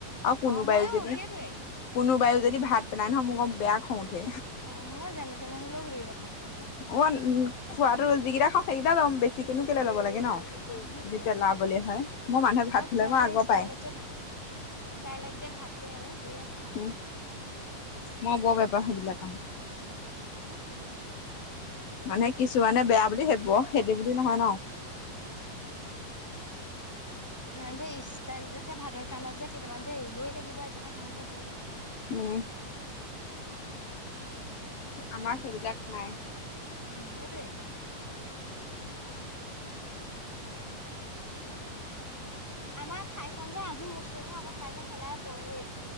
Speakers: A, on the left (about 80°); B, in the centre.
A: আৰু কোনোবাইয়ো
B: অ মইয়ো
A: যদি
B: সেইটোৱে
A: কোনোবাই ও যদি ভাত পেলাই নহয় মোক বৰ বেয়া খং উঠে।
B: অ মই যেনে তেনে হ'লেও গোটেই কেইটা ভাত খাওঁ।
A: অই খোৱাতটো। যিকেইটা খাওঁ সেইকেইটা লঁও বেছিকেনো কেলে ল'ব লাগে।
B: অ সেইটোৱে
A: যদি পেলাবলে হয়। মোক মানুহে ভাত
B: আৰু কিছুমানৰে
A: দিলে মই আগৰ
B: ষ্টাইলত
A: পায়
B: যে ষ্টাইলত যে ভাত যে এৰে, বিৰাট খং
A: উ, মই বৰ বেয়া পাও সেইবিলাক।
B: উ।
A: মানে কিছুমানে
B: ষ্টাইল
A: বেয়া বুলি ভাবিব, সেইটো বুলি নহয় ন।
B: অ' কিছুমান যে ষ্টাইলতে যে ভাতৰ কানত যে কেইটামান যে এৰিবই লাগিব একেবাৰে সিহঁত ধৰি লোৱা।
A: উম। আমাৰ সেইবিলাক নাই।
B: উম। সেইটোৱেই। আমাৰ ঠাইখন যে আজি মোচোহে আকৌ কাইলৈ শেলাই পৰেই।